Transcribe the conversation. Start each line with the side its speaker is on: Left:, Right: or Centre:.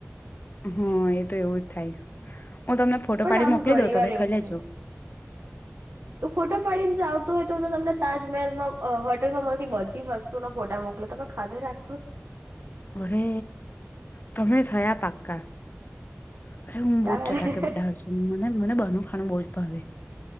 Left: હા, એ તો એવું જ થાય હું તમને ફોટો
Right: પણ
Left: પાડી
Right: આમ
Left: મોકલી
Right: ઘણી
Left: દઉં તમે
Right: વાર એવું
Left: ખાઈ લેજો
Right: થાય તો ફોટો પાડીને આવતું હોય તો તો તમને તાજમહેલમાં હોટલમાં મળતી બધી વસ્તુના ફોટા મોકલો તમે ખાધે રાખો
Left: અરે તમે થયા પાક્કા અરે, હું
Right: તારે
Left: બહુ ચટાકેદાર છું મને બહારનું ખાવાનું બહુ જ ભાવે